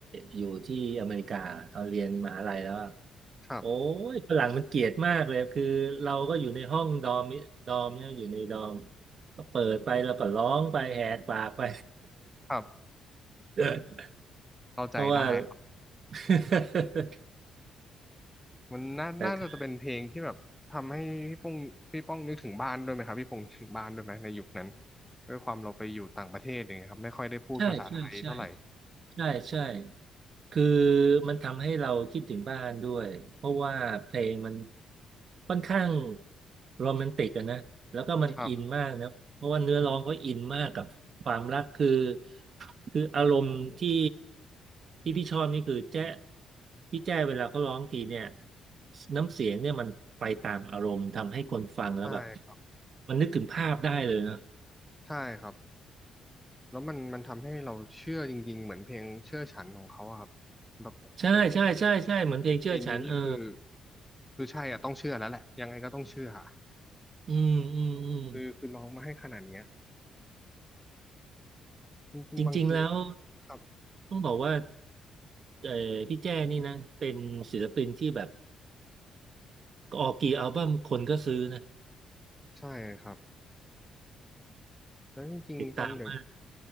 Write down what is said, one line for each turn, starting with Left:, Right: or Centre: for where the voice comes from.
Right: อยู่ที่อเมริกาตอนเรียนมหาลัยแล้วอะ
Centre: ครับ
Right: โอ้ยฝรั่งมันเกลียดมากเลยคือเราก็อยู่ในห้องดอมดอมเนี่ยอยู่ในดอมก็เปิดไปแล้วก็ร้องไปแหกปากไป
Centre: ครับ
Right: <laughs>
Centre: เข้าใจได้ครับ
Right: เพราะว่า <laughs>
Centre: มันน่าน่าจะเป็นเพลงที่แบบทำให้พี่ป้องพี่ป้องนึกถึงบ้านด้วยไหมครับพี่พงษ์ถึงบ้านด้วยไหมในยุคนั้น
Right: แต่คือ
Centre: ด้วยความเราไปอยู่ต่างประเทศอย่างเงี้ยครับไม่ค่อยได้พูดภาษาไทยเท่าไหร่
Right: ใช่ใช่ใช่ ใช่ใช่คือมันทำให้เราคิดถึงบ้านด้วยเพราะว่าเพลงมันค่อนข้างโรแมนติกอะนะแล้วก็มันอินมากนะเพราะว่าเนื้อร้องก็อินมากกับความรักคือ
Centre: ครับ
Right: คืออารมณ์ที่ที่พี่ชอบนี่คือแจ๊พี่แจ้เวลาเขาร้องทีเนี่ยน้ำเสียงเนี่ยมันไปตามอารมณ์ทำให้คนฟังแล้วแบบ
Centre: ใช่ครับ
Right: มันนึกถึงภาพได้เลยนะ
Centre: ใช่ครับ แล้วมันมันทำให้เราเชื่อจริงๆเหมือนเพลงเชื่อฉันของเขาอะครับแบบโอ้โห
Right: ใช่ใช่ใช่ใช่เหมือนเพลงเชื่อฉันเออ
Centre: เพลงนี้นี่คือคือใช่อะต้องเชื่อแล้วแหละยังไงก็ต้องเชื่ออะ
Right: อืมอืมอืม
Centre: คือคือร้องมาให้ขนาดเนี้ยจริงๆบางทีก็ครับ
Right: จริงๆแล้วต้องบอกว่าเออพี่แจ้นี่นะเป็นศิลปินที่แบบออกกี่อัลบั้มคนก็ซื้อนะ
Centre: ใช่ครับแล้วจริงๆตอนเดี๋ยว
Right: ติดตามมาก